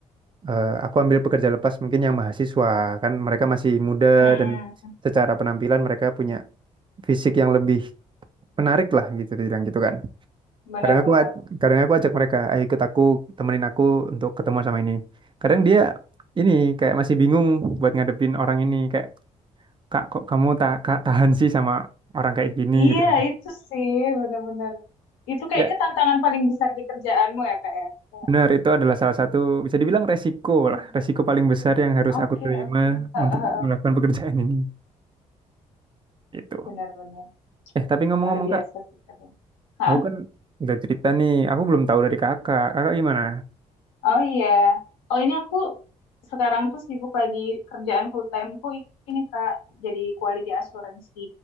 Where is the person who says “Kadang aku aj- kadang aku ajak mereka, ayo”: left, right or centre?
Right